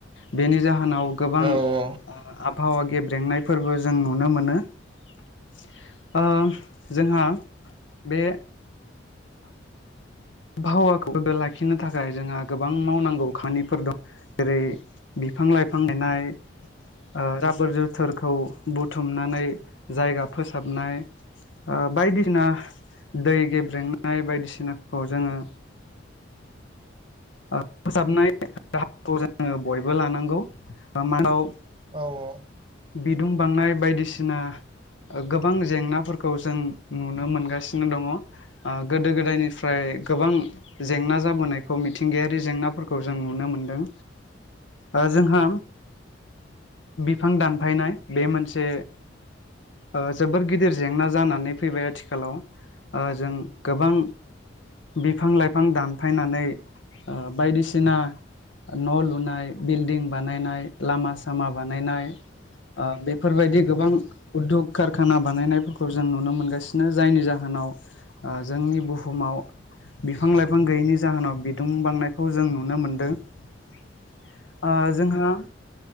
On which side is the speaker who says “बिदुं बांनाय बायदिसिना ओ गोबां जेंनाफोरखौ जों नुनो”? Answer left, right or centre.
Left